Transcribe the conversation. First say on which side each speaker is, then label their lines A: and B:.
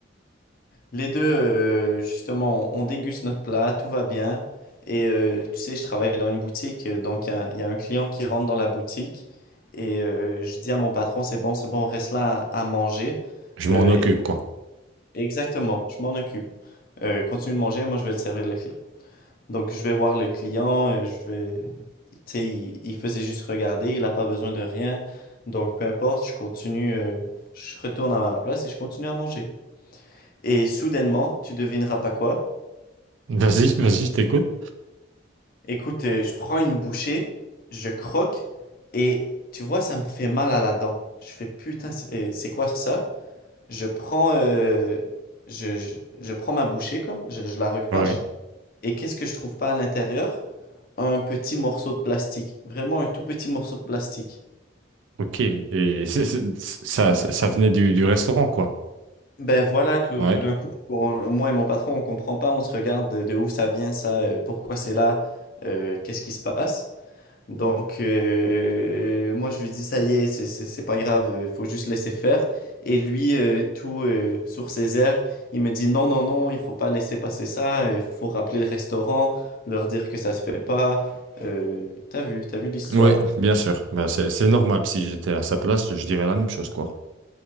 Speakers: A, on the left (about 45°); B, on the right (about 75°).
A: Les deux, euh, justement, on, on déguste notre plat, tout va bien. Et euh, tu sais, je travaille dans une boutique, euh, donc il y a, il y a un client qui rentre dans la boutique. Et euh, je dis à mon patron, c'est bon, c'est bon, reste là à, à manger.
B: Je m'en
A: Euh,
B: occupe, quoi.
A: exactement, je m'en occupe. Euh, continue de manger, moi je vais le servir le client. Donc je vais voir le client, euh, je vais... Tu sais, il, il faisait juste regarder, il n'a pas besoin de rien. Donc peu importe, je continue, euh, je retourne à ma place et je continue à manger. Et soudainement, tu devineras pas quoi?
B: Vas-y, <laughs> vas-y, je t'écoute.
A: Écoute, euh, je prends une bouchée, je croque et tu vois, ça me fait mal à la dent. Je fais putain, c'est euh, c'est quoi ça? Je prends, euh, je, je- je prends ma bouchée comme, je, je la recrache
B: Ouais.
A: et qu'est-ce que je trouve pas à l'intérieur? Un petit morceau de plastique, vraiment un tout petit morceau de plastique.
B: Ok, et c'est- c'est- ça, ça venait du, du restaurant, quoi.
A: Ben voilà, tout,
B: Ouais.
A: tout d'un coup, on- moi et mon patron, on comprend pas, on se regarde de, de où ça vient ça, euh, pourquoi c'est là, euh, qu'est-ce qui se passe? Donc, euh, moi, je lui dis, ça y est, c'est c'est- c'est pas grave, euh, faut juste laisser faire. Et lui, euh, tout euh, sur ses airs, il me dit, non, non, non, il faut pas laisser passer ça, il faut rappeler le restaurant, leur dire que ça se fait pas. Euh, t'as vu, t'as vu l'histoire.
B: Ouais, bien sûr. Bah, c'est c'est normal. Si j'étais à sa place, je dirais la même chose, quoi.